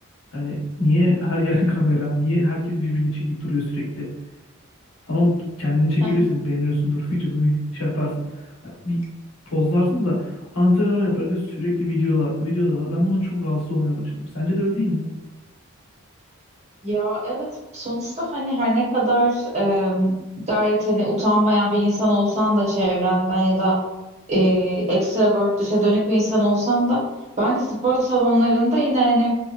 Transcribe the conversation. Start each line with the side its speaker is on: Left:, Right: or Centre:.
Left: Hani niye her yer <laughs> kamera? Niye herkes birbirini çekip duruyor sürekli? Tamam kendini çekebilirsin.
Right: <laughs>
Left: Beğeniyorsundur. <laughs> Vücudunu şey yaparsın. Hani bir pozlarsın da antrenman yaparken sürekli videolar, videodalar. Ben buna çok rahatsız olmaya başladım. Sence de öyle değil mi?
Right: Ya evet sonuçta hani her ne kadar em, gayet hani utanmayan bir insan olsan da çevrenden ya da e, extrovert dışa dönük bir insan olsan da bence spor salonlarında yine hani